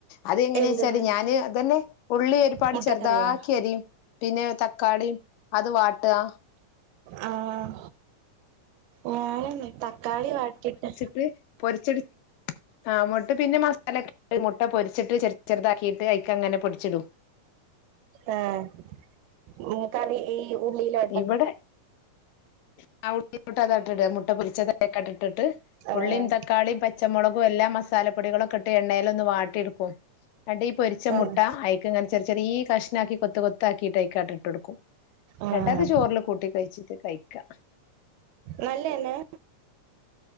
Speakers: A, on the left; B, on the right.
A: അത് എങ്ങനെ
B: എന്തെന്ന്
A: വെച്ചാല് ഞാന് അതന്നെ ഉള്ളി ഒരുപാട്
B: മുട്ടക്കറിയോ
A: ചെറുതാക്കി അരിയും പിന്നെ തക്കാളിം അത് വാട്ടാ
B: ആഹ് ഞാനു അങ്ങ തക്കാളി വാട്ടിയിട്ട്
A: ട്ട് പൊരിച്ചടി ആഹ് മുട്ട പിന്നെ മസാലാക്കീട്ട് മുട്ട പൊരിച്ചിട്ട് ചെറ് ചെറുതാക്കിട്ട് അയ്ക്കങ്ങനെ പൊടിച്ചിടും
B: ഏഹ് മു കറി ഈ ഉള്ളീലോ
A: ഇവടെ. <unintelligible> അതാട്ട് ഇട. മുട്ട പൊരിച്ചതയ്ക്കാട്ട് ഇട്ടിട്ട്
B: ആഹ്
A: ഉള്ളിം തക്കാളിം പച്ചമുളകും എല്ലാം മസാലപ്പൊടികളൊക്കെ ഇട്ട് എണ്ണയിലൊന്ന് വാട്ടിയെടുക്കും. ന്നട്ട് ഈ പൊരിച്ച
B: ആഹ്
A: മുട്ട അയിക്ങ്ങനെ ചെറ് ചെറിയ കഷ്ണാക്കി കൊത്ത് കൊത്താക്കിയിട്ട് അയ്ക്കാട്ട് ഇട്ടൊടുക്കും
B: ആഹ്
A: ഇന്നെട്ടത് ചോറിൽ കൂട്ടി കൊഴച്ചിട്ട് കഴിക്കാ.
B: നല്ലതന്നെ?